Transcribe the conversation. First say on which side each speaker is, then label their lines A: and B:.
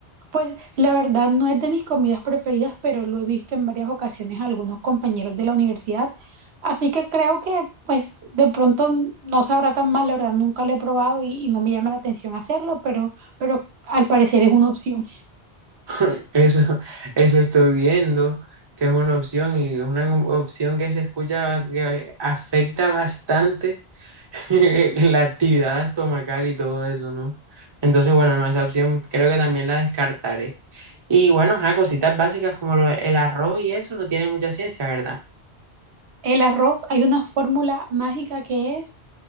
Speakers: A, on the right (about 70°); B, on the right (about 30°).
A: pues la verdad no es de mis comidas preferidas, pero lo he visto en varias ocasiones a algunos compañeros de la universidad. Así que creo que pues de pronto no sabrá tan mal, la verdad nunca lo he probado y, y no me llama la atención hacerlo, pero, pero al parecer es una opción.
B: <laughs> Eso, eso estoy viendo, que es una opción y es una opción que se escucha que afecta bastante <laughs> la actividad estomacal y todo eso, ¿no? Entonces, bueno, no, esa opción creo que también la descartaré. Y bueno, ajá, cositas básicas como lo- el arroz y eso no tiene mucha ciencia, ¿verdad?
A: El arroz, hay una fórmula mágica que es